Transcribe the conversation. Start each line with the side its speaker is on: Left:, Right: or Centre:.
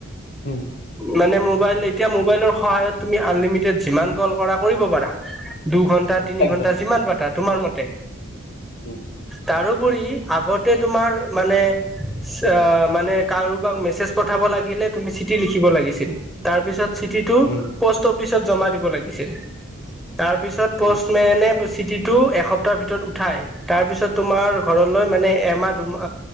Left: উম
Centre: মানে মোবাইল এতিয়া মোবাইলৰ সহায়ত তুমি আনলিমিটেড যিমান কল কৰা কৰিব পাৰা দু'ঘণ্টা তিনি
Left: একদম
Centre: ঘন্টা যিমান পাতা তোমাৰ মতে
Left: উম
Centre: তাৰোপৰি আগতে তোমাৰ মানে চা মানে কাৰোবাক মেছেজ পঠাব লাগিলে তুমি চিঠি লিখিব লাগিছিল তাৰপিচত চিঠিটো
Left: উম
Centre: পষ্ট অফিচত জমা দিব লাগিছিল তাৰপিছত
Left: হয়
Centre: পষ্ট এনে প সিঠিটো এক সপ্তাহ ভিতৰত উঠাই তাৰপিছত তোমাৰ ঘৰলৈ মানে এমাহ দুমাহ